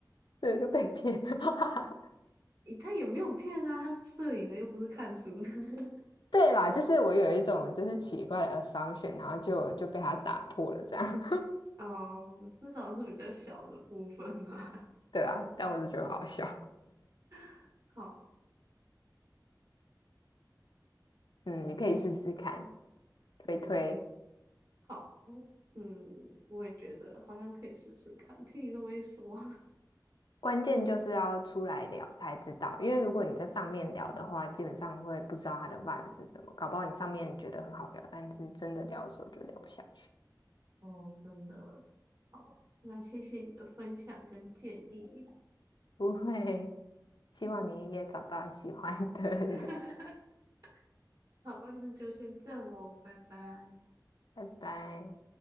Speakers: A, on the left; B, on the right.
A: 对，就被骗了。
B: 诶，他也没有骗啊，他是摄影的，又不是看书的。<laughs>
A: <laughs> 对啦，就是我有一种就是奇怪的 assumption，然后就就被他打破了这样。
B: 哦，至少是比较小的部分吧。
A: <laughs> 对啊，但我是觉得很好笑。
B: <laughs> 好，
A: 嗯，你可以试试看，推推。
B: 好，嗯，嗯我也觉得好像可以试试看。听你这么一说，
A: 关键就是要出来聊才知道，因为如果你在上面聊的话，基本上会不知道他的 vibe 是什么，搞不好你上面觉得很好聊，但是真的聊的时候就聊不下去。
B: <laughs> 哦，真的，那谢谢你的分享跟建议。
A: <laughs> 不会，希望你也找到喜欢的人，
B: 嗯，<laughs> 好，那就先这样喽，拜拜。
A: <laughs> 拜拜。